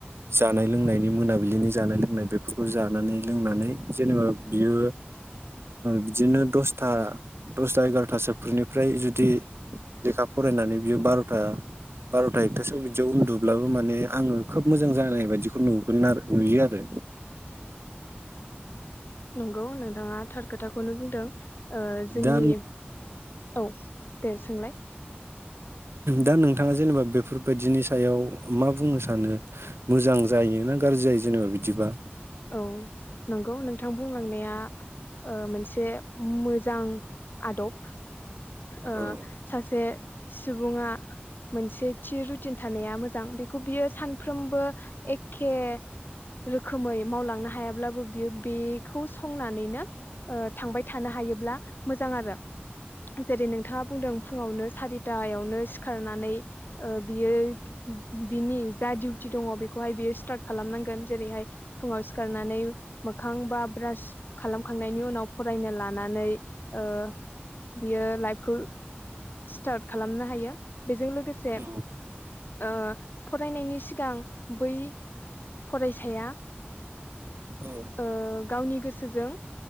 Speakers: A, on the right; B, on the left.
A: जानाय लोंनायनि मोनाबिलिनि जानाय लोंनाय बेफोरखौ जानानै लों लोंनानै जेनेबा बियो बिदिनो दसथा दसथा एगारथासो निफ्राय जुदि लेखा फरायनानै बियो बार'था बार'था एख खथासआव बिदियाव उन्दुब्लाबो माने आङो खोब मोजां जानाय बायदिखौ नुगोन आरो नुयो आरो
B: नंगौ नोंथाङा थार खोथाखौनो बुंदों ओ जोंनि
A: दा
B: औ दे सोंलाय
A: दा नोंथाङा जेनेबा बेफोरबायदिनि सायाव मा बुंनो सानो मोजां जा यो ना गाज्रि जायो जेनेबा बिदिबा
B: औ नंगौ नोंथां बुंलांनाया ओ मोनसे मोजां आदब ओ
A: औ
B: सासे सुबुङा मोनसे थि रुटिन थानाया मोजां बेखौ बियो सानफ्रोमबो एखे रोखोमै मावलांनो हायाब्लाबो बियो बेखौ संनानैनो ओ‌ थांबाय थानो हायोब्ला मोजां आरो जेरै नोंथाङा बुंदों फुङावनो सारिथायावनो सिखारनानै ओ बियो बिनि जा डिउटि दङ बेखौहाय बियो स्टार्ट खालामनांगोन जेरैहाय फुङाव सिखारनानै मोखां बा ब्रास खालामखांनायनि उनाव फरायनो लानानै ओ‌ बियो लाइफखौ स्टार्ट खालामनो हायो बेजों लोगोसे‌
A: औ
B: ओ फरायनायनि सिगां बै फरायसाया
A: औ
B: ओ गावनि गोसोजों